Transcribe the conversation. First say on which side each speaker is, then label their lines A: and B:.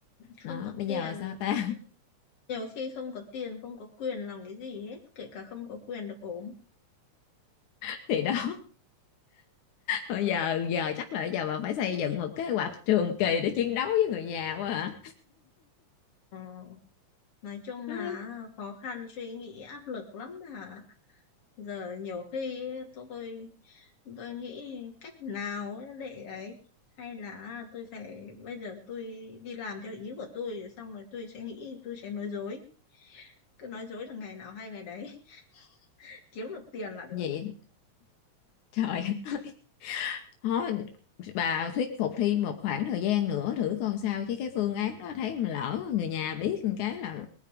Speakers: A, on the left; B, on the left.
A: không
B: đó
A: có
B: bây
A: tiền
B: giờ sao ta
A: Nhiều khi không có tiền, không có quyền làm cái gì hết, kể cả không có quyền được ốm.
B: <laughs> thì đó Bây giờ giờ chắc là giờ bà phải xây dựng một kế hoạch trường kỳ để chiến đấu với người nhà quá hả?
A: Ờ, nói chung
B: Đó
A: là khó khăn, suy nghĩ, áp lực lắm mà. Giờ nhiều khi tôi tôi nghĩ cách nào ấy để ấy hay là tôi phải bây giờ tôi đi làm theo ý của tôi xong rồi tôi sẽ nghĩ tôi sẽ nói dối cứ nói dối được ngày nào hay ngày đấy <laughs> kiếm được tiền là được
B: vậy trời <laughs> Thôi, bà thuyết phục Thi một khoảng thời gian nữa thử coi sao chứ cái phương án đó thấy mà lỡ người nhà biết một cái là